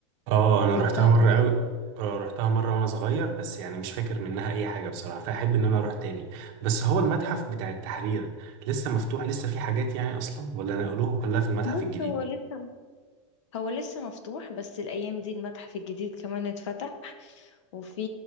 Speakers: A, on the right; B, on the left.
A: اه انا رحتها
B: زرتها
A: مره
B: قبل كده
A: قوي اه رحتها مره وانا صغير بس يعني مش فاكر منها اي حاجه بصراحه فاحب ان انا اروح تاني بس هو المتحف بتاع التحرير لسه مفتوح لسه في حاجات يعني اصلا ولا نقلوه كلها في المتحف
B: بص
A: الجديد
B: هو لسه هو لسه مفتوح بس الأيام دي المتحف الجديد كمان اتفتح وفي